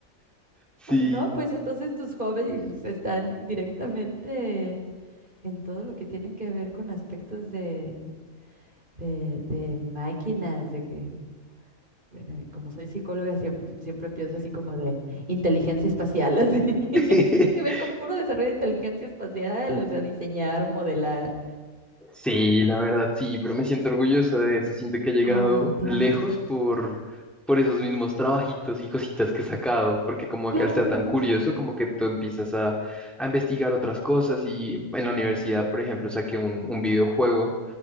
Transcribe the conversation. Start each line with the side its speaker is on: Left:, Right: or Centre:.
Centre: Sí.
Right: no, pues entonces tus hobbies están directamente en todo lo que tiene que ver con aspectos de, de, de máquinas, de que, bueno, como soy psicóloga, siempre, siempre pienso así como de inteligencia espacial, así. <laughs>
Centre: <laughs>
Right: Tiene que ver con puro desarrollo de inteligencia espacial, o sea, diseñar, modelar.
Centre: Sí, la verdad, sí, pero me siento orgulloso de eso. Siento que he llegado
Right: Ay, claro,
Centre: lejos por, por esos mismos trabajitos y cositas que he sacado, porque como
Right: claro.
Centre: que al ser tan curioso, como que tú empiezas a, a investigar otras cosas y en la universidad, por ejemplo, saqué un, un videojuego,